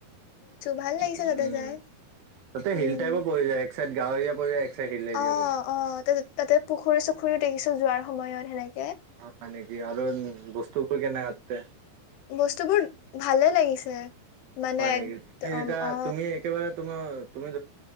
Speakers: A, on the left (about 80°); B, on the right (about 70°).
A: ভাল লাগিছে
B: উম
A: তাতে
B: উম
A: যাই
B: তাতে
A: উম
B: হিল টাইপো পৰি যায় এক চাইদ গৱীয়া পৰি যায় এক চাইড হিল এৰিয়া
A: অ
B: পৰি যায়।
A: অ তা তাতে পুখুৰী চুখুৰীও দেখিছো যোৱাৰ সময়ত সেনেকে
B: হয় নেকি আৰু বস্তুবোৰ কেনেুৱা ততে
A: বস্তু বোৰ ভালে লাগিছে মানে
B: হয় নেকি
A: একদম
B: তুমি যেতিয়া
A: অ
B: তুমি একেবাৰে তুমাৰ তুমি